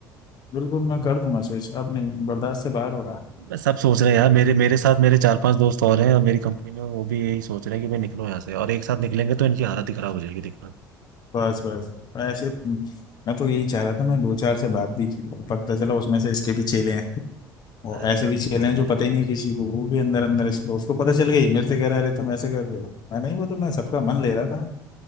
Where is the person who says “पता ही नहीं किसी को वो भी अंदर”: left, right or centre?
Left